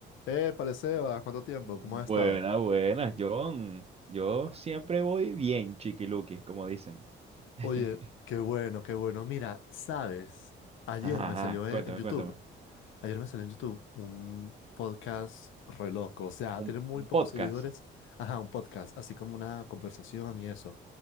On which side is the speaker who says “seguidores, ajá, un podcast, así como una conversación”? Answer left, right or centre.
Left